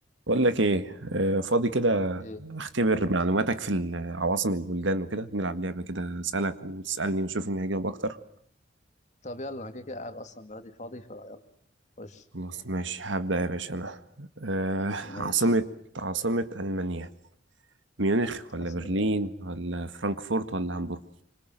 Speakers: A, on the right (about 75°); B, on the left (about 35°).
A: بقول لك ايه آه، فاضي كده
B: ايه
A: اختبر معلوماتك في ال- عواصم البلدان وكده نلعب لعبة كده اسالك وتسالني ونشوف مين هيجاوب اكتر
B: طب يلا انا كده كده قاعد اصلا دلوقتي فاضي فيلا خش
A: خلاص ماشي هبدأ يا باشا انا آه،
B: ماشي
A: عاصمة عاصمة ألمانيا ميونخ ولا
B: عاصمتها
A: برلين ولا فرانكفورت ولا هامبورغ